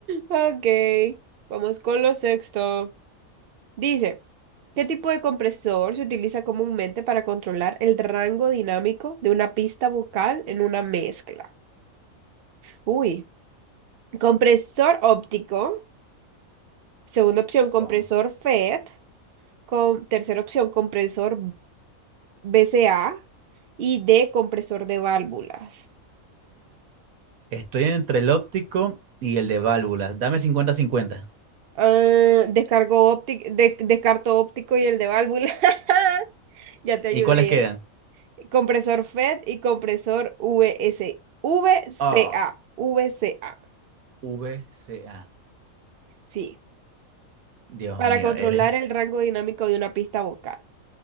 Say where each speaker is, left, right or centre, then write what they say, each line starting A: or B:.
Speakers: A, on the right (about 60°); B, on the right (about 85°).
A: Ok, vamos con lo sexto. Dice, ¿qué tipo de compresor se utiliza comúnmente para controlar el rango dinámico de una pista vocal en una mezcla? Uy, compresor óptico. Segunda opción,
B: Wow.
A: compresor FET. Con, tercera opción, compresor BCA y D, compresor de válvulas.
B: Estoy entre el óptico y el de válvulas. Dame cincuenta-cincuenta.
A: Ah, descargo óptico, descarto óptico y el de válvula. <laughs> Ya te ayudé.
B: ¿Y cuáles quedan?
A: ya. Compresor FED y compresor VS, VCA,
B: Ah,
A: VCA,
B: V C A.
A: sí,
B: Dios
A: para
B: mío,
A: controlar
B: eres,
A: el rango dinámico de una pista vocal.